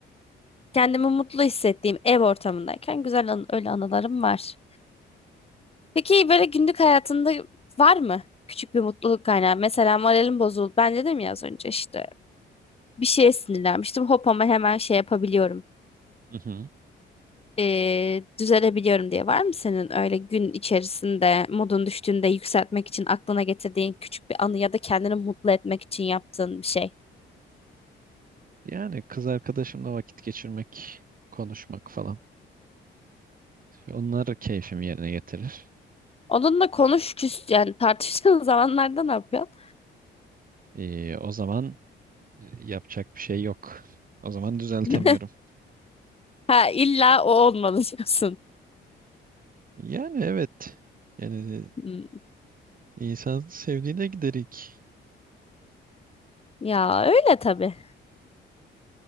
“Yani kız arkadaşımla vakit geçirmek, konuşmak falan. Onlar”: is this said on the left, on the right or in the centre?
Right